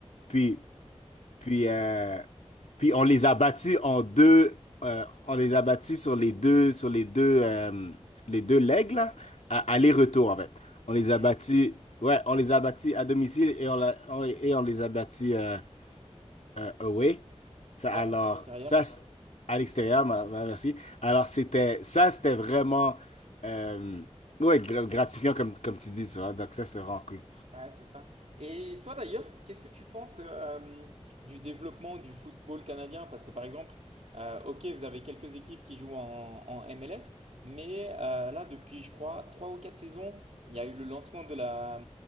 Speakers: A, on the left; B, on the right.
A: Puis, puis, euh, puis on les a battus en deux, euh, on les a battus sur les deux, sur les deux, euh, les deux legs, là, à aller-retour, en fait. On les
B: Ok.
A: a battus, ouais, on les a battus à domicile et on, l'a- on- et on les a battus. euh, euh, away. Ça,
B: Ouais,
A: alors,
B: à l'extérieur.
A: ça, c'est- à l'extérieur, ma- ma- merci. Alors, c'était, ça, c'était vraiment, euh, ouais, gra- gratifiant, comme, comme tu dis, tu vois. Donc, ça, c'est vraiment cool.
B: Ouais, c'est ça. Et toi d'ailleurs, qu'est-ce que tu penses euh, du développement du football canadien? Parce que par exemple, euh, ok, vous avez quelques équipes qui jouent en, en MLS, mais euh, là, depuis, je crois, trois ou quatre saisons, il y a eu le lancement de la